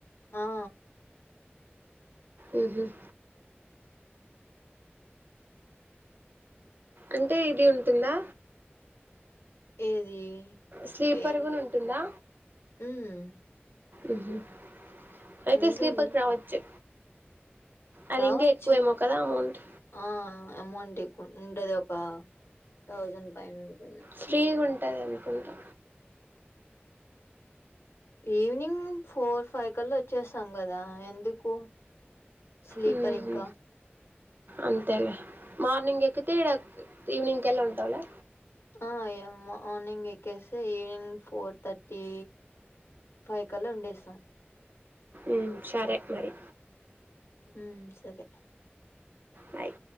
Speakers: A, on the left; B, on the right.
A: ఆ
B: ఉమ్ హ్మ్ అంటే ఇది ఉంటుందా
A: ఏది
B: స్లీపర్
A: ఏ
B: కూడా ఉంటుందా
A: ఉమ్
B: ఉమ్ హ్మ్ అయితే
A: ఉంటుంది.
B: స్లీపర్స్ రావచ్చు అది
A: రావచ్చు
B: ఇంకా ఎక్కువేమో కదా అమౌంట్
A: ఆ అమౌంట్ ఎక్కువ ఉం ఉంటది ఒక థౌజండ్ పైన ఉంటుంది
B: ఫ్రీగా ఉంటుంది అనుకుంటా
A: ఈవినింగ్ ఫోర్ ఫైవ్ కలా వచ్చేస్తాం కదా ఎందుకు స్లీపర్
B: ఉహు
A: ఇంకా
B: అంతేలే మార్నింగ్ ఎకితేేడా ఈవినింగ్కెళ్లా ఉంటావ్లె
A: ఆ ఎమార్నింగ్ ఎక్కేసె ఈనింగ్ ఫోర్ థర్టీ వైకల్ల ఉండేసం
B: మ్ సరే మరి
A: మ్ సరే
B: బాయ్